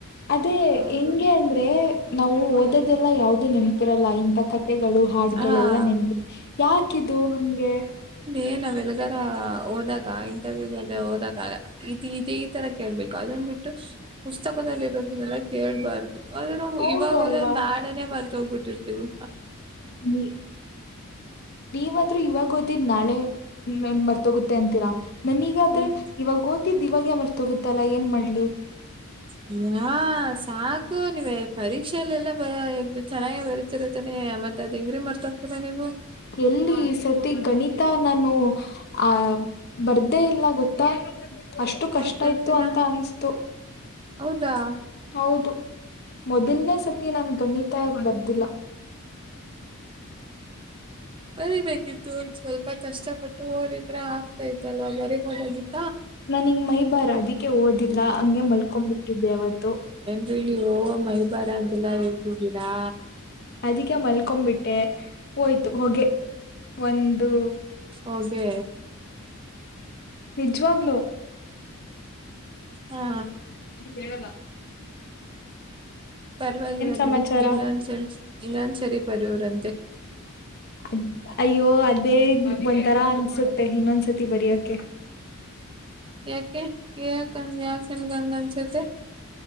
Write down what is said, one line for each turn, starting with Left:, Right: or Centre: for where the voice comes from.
Left: ಅದೇ
Right: ಹೌದು
Left: ಹೆಂಗೆ ಅಂದ್ರೆ ನಾವು ಓದದ ಇದೆಲ್ಲಾ ಯಾವವುದುು ನೆಪಿರಲ್ಲ ಇಂತಥ ಕಥೆಗಳು ಹಾಡ್ಗಳೆಲ್ಲ
Right: ಆ
Left: ನೆನ್ಪ ಯಾಕಿದು ಹಂಗೆ
Right: ಏನ್ ನಾವೆಲ್ಲದಾರ ಹೋದಾಗ ಇಂಟರ್ವ್ಯೂಲ್ಲ ಹೋದಾಗ ಇದು ಇ ಈ ತರ ಕೇಳ್ಬೇಕು ಬಿಟ್ಟು ಪುಸ್ತಕದಲ್ಲಿ ಇರೋದನ್ನೆಲ್ಲ ಕೇಳ್ಬಾರ್ದು ಅದ
Left: ಹೌದು
Right: ಇವಾಗೋದ
Left: ಅಲ್ವಾ
Right: ನಾಳನೇ ಮರ್ತ ಹೋಗ್ಬಿಟ್ಟಿರ್ತಿವಿ
Left: ನೀ ನೀವಾದ್ರೂ ಇವಾಗ ಓದಿದ್ ನಾಳೆ ನ್ ಮರ್ತೋಗುತ್ತೆ ಅಂತೀರಾ ನನ್ಗಾದ್ರೆ
Right: ಹ್ಮ್
Left: ಇವಾಗ ಓದಿದ್ದ್ ಇವಾಗ ಮರ್ತೋಗುತ್ತಲ್ಲಾ ಏನ್ ಮಾಡ
Right: ಹ್ಮ್ ಹಾ ಸಾಕು ನೀವ ಪರೀಕ್ಷಲ್ಲೆಲ್ಲ ಬ ಚೆನ್ನಾಗೆ ಬರುತಿರುತ್ತಾನೆ ಮತ್ತತ್ ಅದ ಹೆಂಗ್ರೀ ಮರ್ತ ಹ್ತೀರಾ ನೀವು
Left: ಎಲ್ಲಿ ಸತಿ ಗಣಿತ ನಾನು ಆ ಬರ್ದೇ ಇಲ್ಲ ಗೊತ್ತಾ ಅಷ್ಟು ಕಷ್ಟ
Right: ಯಾಕ್ ಬರ್ತಿಲ್ಲ
Left: ಇತ್ತು ಅಂತ ಅನ್ಸತು
Right: ಹೌದಾ
Left: ಹೌದು ಮೊದಲ್ನೇ ಸತಿ ನನ್ <unintelligible> ಬಂದಿಲ್ಲ
Right: ಬರಿಬೇಕಿತ್ತು ಸ್ವಲ್ಪ ಕಷ್ಟಪಟ್ಟು ಹೋರಿದ್ರೆ ಆಗ್ತಾ ಇತ್ತಲ್ವಾ ಬರಿಬೋದಾಗಿತ್ತು
Left: ನಾನಿಂಗ ಮೈ ಬಾರ್ ಅದಕ್ಕೆ ಓದಿಲ್ಲ ಹಂಗೆ ಮಲ್ಕೊ್ಬಿಟ್ಟಿದ್ದೆ ಅವಾವತ್ತು
Right: ನೀವೋ ಮೈಬಾರ ಅಂತೆಲ್ಲಾ ಹೇಳ್ತಿದ್ದೀರಾ
Left: ಅದಕ್ಕೆ ಮಲ್ಕೊಬಿಟ್ಟೆ ಹೋಯ್ತು ಹೊಗೆ ಒಂದು
Right: ಹೋಗೆ
Left: ನಿಜ್ವಾಗ್ಲೋ
Right: ಹಾ
Left: ಕೇಳದಾಗ್ತದೆ
Right: ಪರವಾಗಿರ
Left: ಸಮಾಚಾರ
Right: ಬಿಡಿ ಇನ್ನನ್ ಇನ್ನನ್ ಸರಿ ಬರೋವರಂತೆ
Left: ಅದ್ ಅಯ್ಯೋ ಅದೇ ಒಂಥರಾ ಅನ್ಸುತ್ತೆ ಇನ್ನೊಂದ್ಸತಿ ಬರಿಯಕೆ
Right: ಯಾಕೆ ಈ ಕನ್ಯ ನಿಮ್ಗೆ ಆಗನಿಸುತ್ತೆ